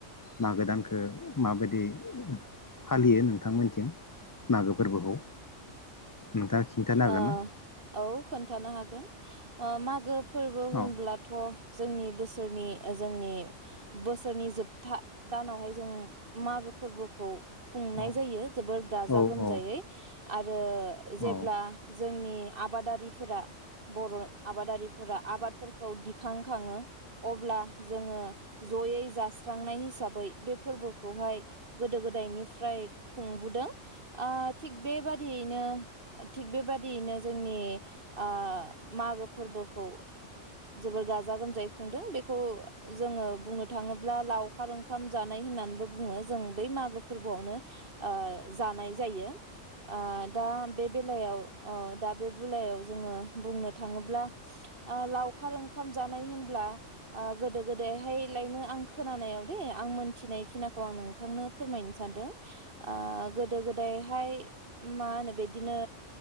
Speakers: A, on the left; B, on the right.
A: मागो दानखो माबायदि फालियो नोंथांमोनथिं मागो फोरबोखौ नोंथाङा खिन्थानो हागोन
B: ओ
A: ना
B: औ खोन्थानो हागोन ओ मागो फोरबो होनब्लाथ
A: औ
B: जोंनि बोसोरनि ओ जोंनि बोसोरनि जोबथा दानावहाय जों मागो फोरबोखौ खुंनाय
A: औ
B: जायो जोबोर गाजा
A: औ
B: गोमजायै
A: औ
B: आरो जेब्ला
A: औ
B: जोंनि आबादारिफोरा बर' आबादारिफोरा आबादफोरखौ दिखांखाङो अब्ला जोङो जयै जा सुस्रांनाय हिसाबै बे फोरबो खौहाय गोदो गोदायनिफ्राय खुंबोदों ओ थिग बेबादियैनो थिग बेबायदियैनो जोंनि ओ मागो फोरबो खौ जोबोर गाजा गोम जाय खुंदों बेखौ जोङो बुंनो थाङोब्ला लाव खार ओंखाम जानाय होननानैबो बुङो जों बै मागो फोरबोआवनो ओ जानाय जायो ओ दा बे बेलायाव ओ दा बे बेलायाव जोङो बुंनो थाङोब्ला ओ लाव खार ओंखाम जानाय होनब्ला ओ गोदो गोदायहायलायनो आं खोनानायाव दे आं मोनथिनायखिना खौ आं नों नोंथांनो फोरमायनो सानदों ओ गोदो गोदायहाय मा होनो बे बिदिनो